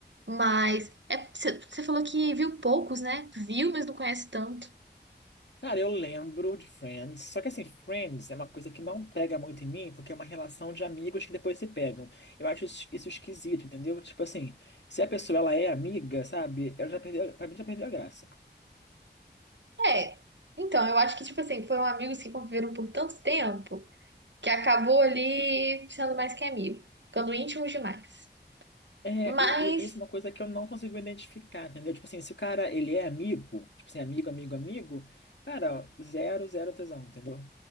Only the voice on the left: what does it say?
Cara, eu lembro de Friends, só que assim, Friends é uma coisa que não pega muito em mim, porque é uma relação de amigos que depois se pegam. Eu acho isso isso esquisito, entendeu? Tipo assim, se a pessoa ela é amiga, sabe? Ela já perdeu, pra mim já perdeu a graça.
É,
e- e- isso é uma coisa que eu não consigo identificar, entendeu? Tipo assim, se o cara, ele é amigo, tipo assim, amigo, amigo, amigo, cara, zero, zero tesão, entendeu?